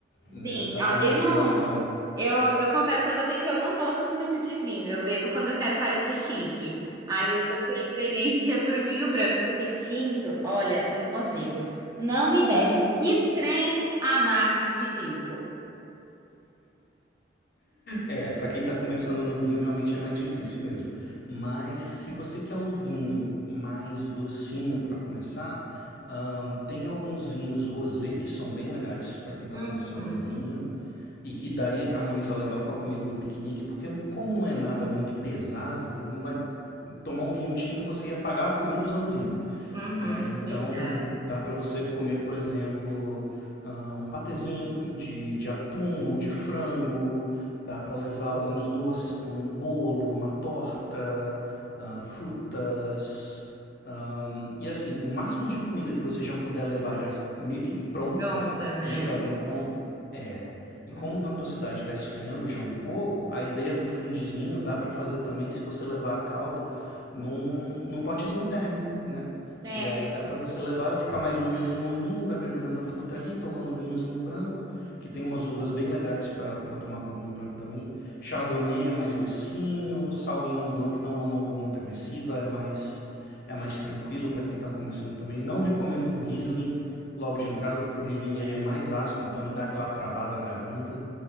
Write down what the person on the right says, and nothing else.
Sim,
a-
eu não.
Eu, eu confesso pra você que eu não gosto muito de vinho. Eu bebo quando eu quero parecer chique. Aí eu dou preferência <laughs> pro vinho branco, porque tinto, olha, não consigo. Não me desce. Que trem amargo, esquisito.
Uhum,
uhum,
verdade.
Gosto.
Pronta, né?
Hum.
É,
é,